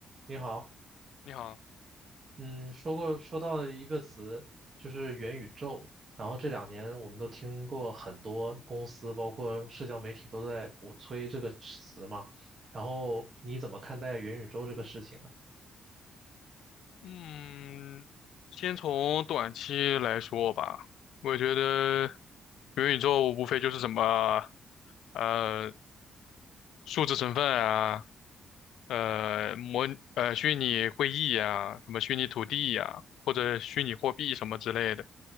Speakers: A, on the right (about 35°); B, on the left (about 85°).
A: 你好，
B: 你好，
A: 嗯，说过说到了一个词，就是元宇宙。然后这两年我们都听过很多公司，包括社交媒体都在鼓吹这个词嘛。然后你怎么看待元宇宙这个事情呢？
B: 嗯，先从短期来说吧，我觉得元宇宙无非就是什么，呃，数字身份啊，呃，模呃虚拟会议呀、什么虚拟土地呀、或者虚拟货币什么之类的，